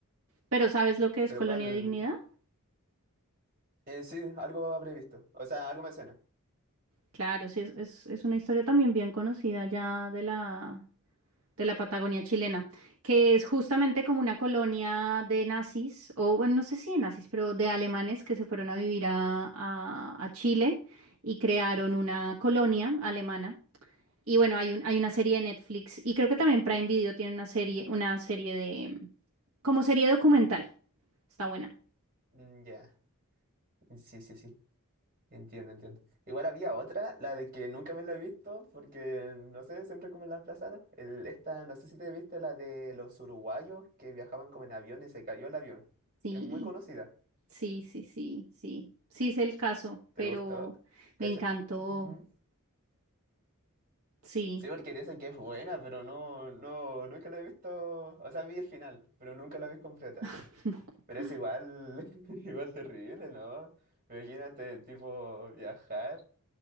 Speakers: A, on the right; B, on the right.
A: Pero ¿sabes lo que es
B: Pero
A: Colonia
B: cuál,
A: Dignidad?
B: eh, sí, algo habré visto, o sea, algo me suena.
A: Claro, sí, es, es, es una historia también bien conocida ya de la, de la Patagonia chilena, que es justamente como una colonia de nazis, o bueno, no sé si de nazis, pero de alemanes que se fueron a vivir a, a- a Chile y crearon una colonia alemana. Y bueno, hay un, hay una serie de Netflix y creo que también Prime Video tiene una serie, una serie de, como serie documental. Está buena.
B: Mm, ya, mm, Sí, sí, sí, entiendo, entiendo. Igual había otra, la de que nunca me la he visto, porque, no sé, siempre como la he aplazado. El, esta, no sé si te viste la de los uruguayos que viajaban como en avión y se cayó el avión.
A: Sí,
B: Es muy conocida.
A: sí, sí, sí, sí. Sí es el caso,
B: ¿Te
A: pero
B: gustó? ¿Cacha?
A: me encantó.
B: Ujú.
A: Sí.
B: Sí, porque dicen que es buena, pero no, no, nunca la he visto. O sea, vi el final, pero nunca la vi completa.
A: <laughs>
B: Pero es igual, <laughs> igual terrible, ¿no? Imagínate, tipo, viajar